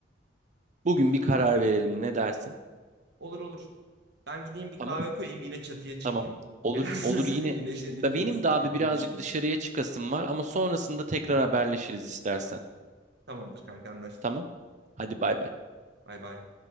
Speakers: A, on the right; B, on the right.
A: Bugün bir karar
B: Tamam.
A: verelim. Ne dersin?
B: Olur olur. Ben gideyim bir
A: Tamam.
B: kahve koyayım yine çatıya çıkayım.
A: Tamam. Olur.
B: Biraz
A: Olur yine.
B: <laughs> güneşlenirken
A: Da benim
B: iz-
A: de abi
B: şey,
A: birazcık
B: bunu düşüneyim.
A: dışarıya çıkasım var ama sonrasında tekrar
B: Hı hı.
A: haberleşiriz istersen.
B: Tamamdır kanka anlaştık.
A: Tamam. Hadi bay bay.
B: Bay bay.